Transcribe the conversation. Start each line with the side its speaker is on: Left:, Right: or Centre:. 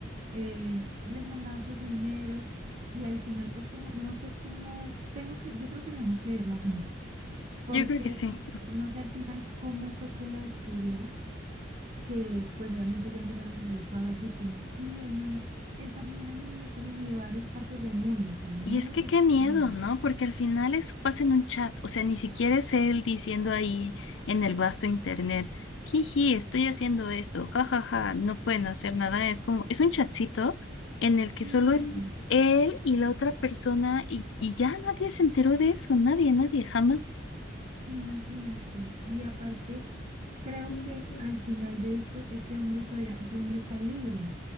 Right: eh, les mandaba pues su dinero y al final pues como, no sé cómo, tengo que, yo creo que tenemos que verla juntas, <laughs> porque
Left: Yo creo que sí.
Right: no sé al final cómo fue que lo descubrieron, que pues obviamente ya empezaron a salir todas las víctimas, sí, él me hizo, él también a mí, él también y de varias partes del mundo, o sea, muchas
Left: Y es que qué
Right: partes
Left: miedo,
Right: del mundo.
Left: ¿no? Porque al final eso pasa en un chat, o sea, ni siquiera es él diciendo ahí en el vasto internet, jiji, estoy haciendo esto, jajaja, no pueden hacer nada, es como, es un chatcito en
Right: Sí,
Left: el que solo es él y la otra persona y, y ya nadie se enteró de eso, nadie, nadie, jamás.
Right: imagínate, y aparte, creo
Left: Ujú,
Right: que al final de esto, este hombre todavía, ese hombre está libre,